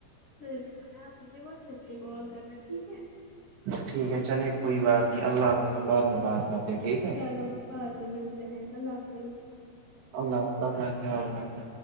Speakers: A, on the left; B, on the right.
A: میں نے بتیا آپ مجھے واٹسپ سے کال کرنا ٹھیک ہے
B: ٹھیک ہے چلے کوئی بات نہیں اللہ حافظ ہم بعد میں بات کرتے ہیں ٹھیک ہے
A: چلو ہم بعد میں ملتے ہیں اللہ حافظ
B: اللہ حافظ اپنا خیال رکھنا